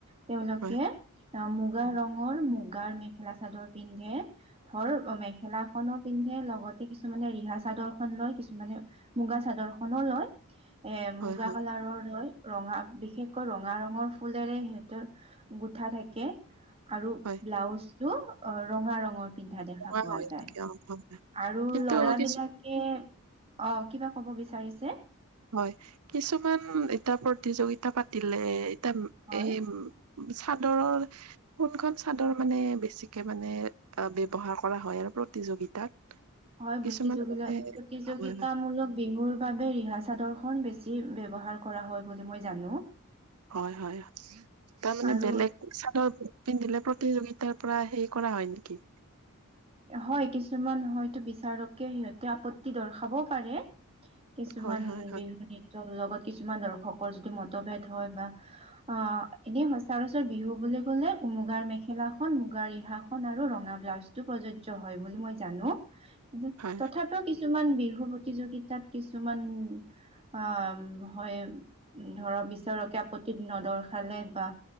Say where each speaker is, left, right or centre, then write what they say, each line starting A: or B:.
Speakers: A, on the right; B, on the right.
A: তেওঁলোকে
B: হয়।
A: অ' মুগা ৰঙৰ মুগাৰ মেখেলা চাদৰ। পিন্ধে ধৰ মেখেলা খনো পিন্ধে লগতে কিছুমানে ৰিহা চাদৰ খন লয় কিছুমানে মুগা চাদৰ খনোলয় এ,
B: হয়,
A: মুগা
B: হয়,
A: কালাৰৰ লয়। ৰঙা বিশেষকৈ ৰঙা ৰঙৰ ফুলৰে সিহঁতৰ গোঠা থাকে। আৰু
B: হয়,
A: ব্লাউজটো ৰঙা ৰঙৰ পিন্ধা দেখা
B: হয়,
A: পোৱা যায়।
B: হয়, হয়।
A: আৰু
B: কিন্তু
A: লৰা
B: কিছুমান
A: বিলাকে অ', কিবা কব বিচাৰিছে?
B: হয় কিছুমান এতা প্ৰতিযোগিতা পাতিলে এতা
A: হয়
B: এ চাদৰৰ কোনখন চাদৰ মানে বেছিকে মানে অ ব্যৱহাৰ কৰা হয় আৰু। প্ৰতিযোগিতাত।
A: হয়
B: কিছুমান
A: প্ৰতিযোগিলা
B: মানে
A: প্ৰতিযোগিতামূলক
B: হয়
A: বিহুৰ বাবে ৰিহা-চাদৰখ বেছি ব্যৱহাৰ কৰা হয় বুলি মই জানো।
B: হয় হয় তাৰ মানে
A: আৰু
B: বেলেগ চাদৰ পিন্ধিলে। প্ৰতিযোগিতাৰ পৰা হেই কৰা হয় নিকি?
A: হয় কিছুমান হয়তো বিচাৰকে সিহঁতে আপত্তি দৰ্শাবও পাৰে কিছুমান
B: হয় হয় হয়
A: বিহু-নৃত্য লগত কিছুমান দৰ্শকৰ যদি মতভেদ হয় বা অ এনেই সচ ৰাচ বিহু বুলি ক'লে মুগাৰ মেখেলা খন মুগাৰ ৰিহা খন আৰু ৰঙা ব্লাউজ টো। প্ৰযোজ্য হয় বুলি মই জানো। কিন্তু
B: হয়
A: তথাপিও কিছু কিছুমান বিহু প্ৰতিযোগিতাত কিছুমান। অ', হয়। ধৰ বিচাৰকে আপত্তি নদৰ্শালে বা